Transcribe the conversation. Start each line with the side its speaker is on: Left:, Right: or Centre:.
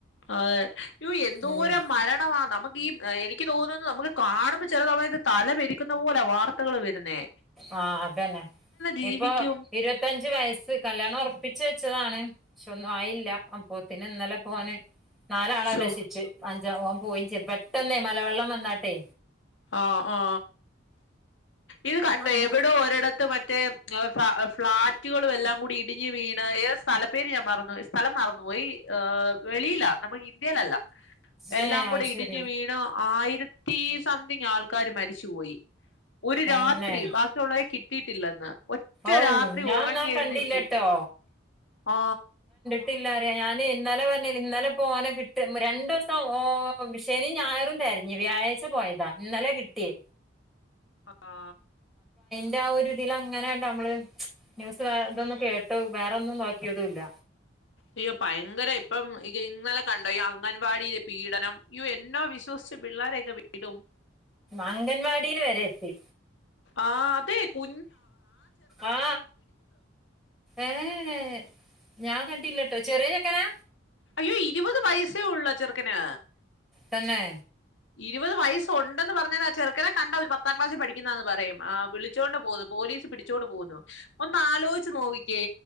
Left: അതെ യോ എന്തോര
Centre: ഉം
Left: മരണമാ നമക്ക് ഈ എനിക്ക് തോന്നുന്നു നമുക്ക് കാണുമ്പ ചെല തമയത്ത് തല പെരിക്കുന്ന പോലെ വാർത്തകൾ വെരുന്നേ
Centre: ആ അതന്നെ
Left: ജീവിക്കും
Centre: ഇപ്പൊ ഇരുവത്തഞ്ച് വ യസ്സ് കല്ല്യാണം ഒറപ്പിച്ച് ച്ചതാണ് പക്ഷെ ഒന്നും ആയില്ല അപ്പോത്തിന് ഇന്നലെപ്പ ഓന് നാലാളോൻ
Left: ശോ
Centre: രക്ഷിച്ച് അഞ്ചാം ഓം പോയിം ചെയ്ത് പെട്ടെന്ന് മലവെള്ളം വന്നാട്ട്
Left: ആ ആ ഇത് കണ്ട
Centre: അതെ
Left: എവിടോ ഒരിടത്ത് മറ്റ റ്റേ ഫ്ളാറ്റുകളും എല്ലാം കൂടി ഇടിഞ്ഞ് വീണ് ഏത് സ്ഥല പേര് ഞാൻ മറന്ന് പോയി സ്ഥലം മ പോയി വെളിയില നമ്മ ഇൻ ന്ത്യാല് എല്ല എല്ലാം
Centre: ഏഹ്
Left: കൂടി
Centre: അത്
Left: ഇടിഞ്ഞു
Centre: ശരി
Left: വീണു ആയിരത്തി സംതിങ് ആൾക്കാര് മരിച്ചുപോയി ഒരു
Centre: തന്നെ
Left: രാത്രി ബാക്കിയുള്ളവരെ കിട്ടിയിട്ടില്ലെന്ന് ഒറ്റ
Centre: ഔ
Left: രാത്രി
Centre: ഞാൻ
Left: ഒറങ്ങി
Centre: ന്നാ
Left: എഴുന്നേറ്റ്
Centre: കണ്ടില്ലട്ടോ
Left: ആ
Centre: ട്ടില്ലറിയ ഞാന് ഇന്നലെ വരണ്ടേനി ഇന്നലെ പോനെ കിട്ട് രണ്ടു സം ഓ ശനി ഞായറും തന്നെ തെരഞ്ഞു വ്യാഴാഴ്ച പോയതാ ഇന്നലെ കിട്ടിയേ
Left: ആ
Centre: എന്റെ ആ ഒരുതില് അങ്ങനെണ്ട് നമ്മള് ന്യൂസ് വെ ഇതൊന്നും കേട്ട് വേറൊന്നും നോക്കിയതും ഇല്ല
Left: അയ്യോ പയെങ്കര ഇപ്പം ഇന്നലെ കണ്ടോ ഈ അംഗൻവാടീല് പീഡനം യൊ എന്നോ വിശ്വസിച്ച് പിള്ളോരൊക്കെ വീടും
Centre: അംഗൻവാടീല് വരെ എത്തി
Left: ആ അതെ കു
Centre: ആ ഏ എ ഞാൻ കണ്ടില്ല ട്ടൊ ചെറിയ ചെക്കനാ
Left: അയ്യോ ഇരുവത് വയസ്സേ ഒള്ള് ആ ചെറുക്കന്
Centre: തന്നെ
Left: ഇരുവത് വയസ് ഉണ്ടെന്ന് പറഞ്ഞാല് ആ ചെറുക്കനെ കണ്ട ഒരു പത്താം ക്ലാസ്സ് പഠിക്കുന്നാന്ന് പറയുംആ വിളിച്ചോണ്ട് പോവുന്നു പോലീസ് പിടിച്ചോണ്ട് പോവുന്നു ഒന്ന് ആലോയിച്ച് നോക്കി ക്കെ